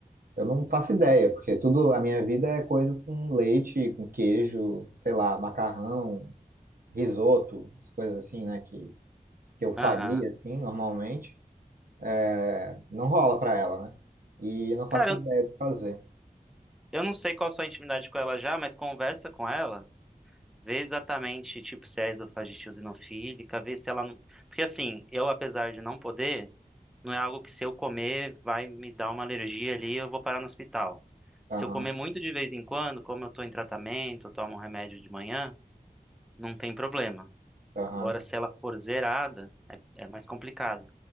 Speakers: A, on the right; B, in the centre.
A: Eu não faço ideia, porque tudo a minha vida é coisas com leite, com queijo, sei lá, macarrão, risoto, as coisas assim, né, que, que eu faria
B: aham.
A: assim normalmente. É, Não rola pra ela, né? E eu não faço
B: Cara,
A: ideia do que fazer.
B: Eu não sei qual a sua intimidade com ela já, mas conversa com ela. Vê exatamente, tipo, se é esofagite eosinofílica, vê se ela não... Porque assim, eu, apesar de não poder, não é algo que se eu comer vai me dar uma alergia ali e eu vou parar no hospital.
A: Aham,
B: Se eu comer muito de vez em quando, como eu tô em tratamento, eu tomo um remédio de manhã, não tem problema.
A: aham,
B: Agora, se ela for zerada, é, é mais complicado.